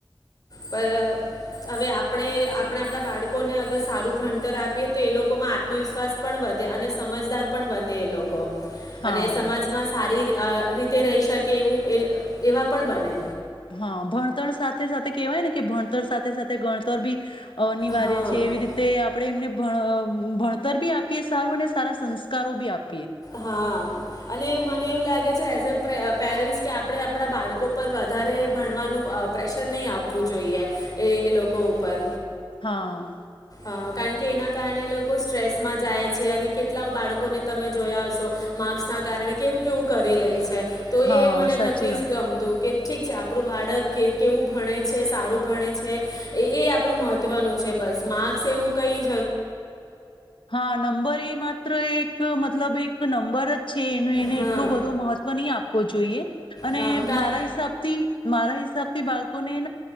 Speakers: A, on the left; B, on the left.
A: પર અહ હવે આપ આપડે આપણા બાળ કોને અગર સારું ભણતર આપીએ તો એ લોકોમાં આત્મવિશ્વાસ પણ વધે અને સમજદાર પણ બને એ લોકો.
B: હા
A: અને સમાજમાં સારી તે આહ રીતે રહી શકે એવું એવા પણ બને.
B: હા ભણતર સાથે સાથે કેવાય ને કે ભણતર સાથે સાથે ભણતર બી અનિવાર્ય
A: હા
B: છે એવી રીતે આપણે એમને ભણતર બી આપીએ સારું અને સારા સંસ્કારો બી આપીએ
A: હા અને મને એવું લાગે એઝ અ પેરેન્ટ્સ કે આપણે આપણા બાળકો પર વધારે ભણવાનું અ પ્રેશર નહીં આપવું જોઈએ એ એ લોકો ઉપર
B: હા
A: હ કારણ કે એના કારણે લોકો સ્ટ્રેસમાં જાય છે અને કેટલા બાળકોને તમે જોયા હશો માક્સ ના કારણે કેવું કેવું કરી લે છે તો
B: હા
A: એ મને
B: સાચી
A: નથી
B: વાત.
A: ગમતું કે ઠીક છે આપણું બાળક કે કેવું ભણે છે સારું ભણે છે એ આપણું મહત્ત્વનું છે બસ માર્ક્ક એવું કઈ
B: હા નંબર એ માત્ર એક એક મતલબ એક નંબર છે એ એને
A: હા
B: એટલો બધો મહત્વ નહી આપવો જોઈએ અને
A: હા કા
B: મારા હિસાબથી મારા હિસાબથી બાળકોને